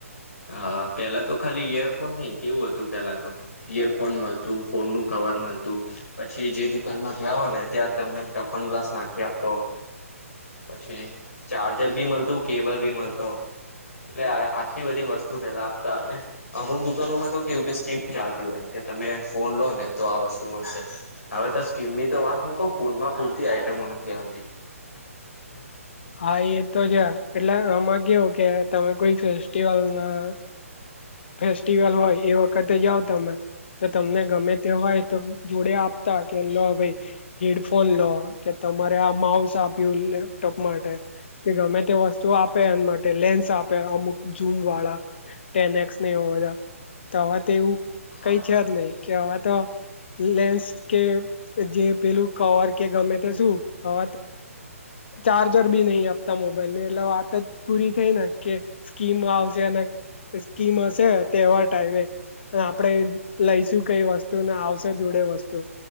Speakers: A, on the left (about 75°); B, on the left (about 45°).
A: હા પેલા તો ખાલી ઈયરફોન નઈ કેવું હતું પેલા તો ઈયરફોન મળતું ફોન નું કવર મળતું. પછી જે દુકાનમાં ગયા હો ને ત્યાં તમને ટફન ગ્લાસ નાખી આપતો. પછી ચાર્જર ભી મળતું કેબલ બી મળતો. એટલે આટલી બધી વસ્તુ પેલા આપતા આપને અમુક દુકાનોમાં તો કેવું કે સ્કીમ ચાલતી હોય કે તમે ફોન લોને તો આ વસ્તુ મળશે. હવે તો સ્કીમની તો વાત હું કહ ફોનમાં પૂરતી આઈટમો નથી આવતી.
B: હા એ તો જ એટલે આમાં કેવું કે તમે કોઈ ફેસ્ટિવલ ના ફેસ્ટિવલ હોય એ વખતે જાઓ તમે તો તમને ગમે તે હોય તો. જોડે આપતા કે લો ભાઈ હેડફોન લો કે તમારે આ માઉસ આપ્યું. લપટોપ માટે કે ગમે તે વસ્તુ આપે એમ માટે લેન્સ આપે અમુક ઝૂમ વાળા ટેનએક્સ ને એ બધા તો હવે તેવું
A: હા
B: કઈ છે જ નહી કે આ તો લેન્સ કે જે પેલું કવર કે ગમે તે શું હવા ચાર્જર બી નહી આપતા મોબાઈલ ની એટલે વાત જ પૂરી થઈ ને કે સ્કીમ આવશે અને સ્કીમ હશે તહેવાર ટાઈમે. આપણેે લઈશું કઈ વસ્તુ ને આવશે જોડે વસ્તુ